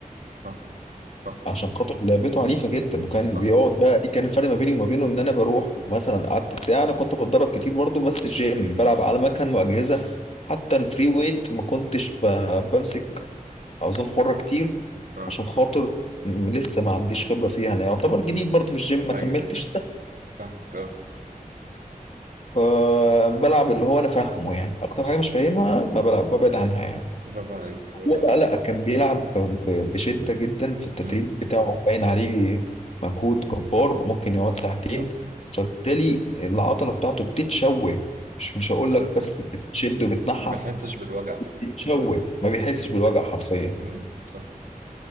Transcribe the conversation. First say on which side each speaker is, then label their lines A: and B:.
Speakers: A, on the right; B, on the left.
A: اه صح
B: عشان خاطر لعبته عنيفة جدا وكان
A: صح
B: بيقعد بقى إيه كان الفرق ما بيني وما بينه إن أنا بروح مثلا قعدت ساعة أنا كنت بتدرب كتير برضه بس جيم بلعب على مكن وأجهزة حتى الفري ويت ما كنتش ب- بمسك اوزان حرة كتير
A: اه
B: عشان خاطر م- لسه ما عنديش خبرة فيها انا يعتبر جديد برضه في الجيم ما
A: ايوه
B: كملتش
A: ايوه
B: سنة
A: فاهمك اه
B: فبلعب اللي هو انا فاهمه يعني اكتر حاجة مش فاهمها ما بلعب ببعد عنها يعني
A: برافو عليك برافو
B: هو
A: عليك
B: بقى لا
A: والله
B: كان بيلعب ب- بشدة جدا في التدريب
A: امم
B: بتاعه باين عليه مجهود جبار ممكن يقعد ساعتين
A: صح
B: فبالتالي العضلة بتاعته بتتشوه مش مش هقول
A: بالظبط
B: لك بس بتشد وبتنحف
A: ما بحسش بالوجع
B: بتتشوه ما بيحسش بالوجع حرفيا
A: امم صح